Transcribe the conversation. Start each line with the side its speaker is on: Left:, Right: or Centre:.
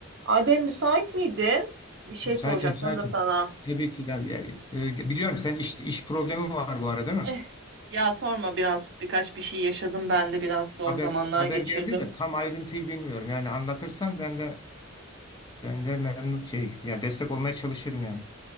Right: Adem müsait miydin? Bir şey
Left: Müsaitim,
Right: soracaktım
Left: müsaitim.
Right: da sana. <laughs>
Left: Tabii ki ya, ya, e, biliyorum sen iş, iş problemi var bu arada değil mi?
Right: Eh, Ya sorma biraz birkaç bir şey yaşadım ben de biraz zor
Left: Haber
Right: zamanlar
Left: haber
Right: geçirdim.
Left: geldi de tam ayrıntıyı bilmiyorum. Yani anlatırsan ben de ben de memnun şey ya destek olmaya çalışırım yani.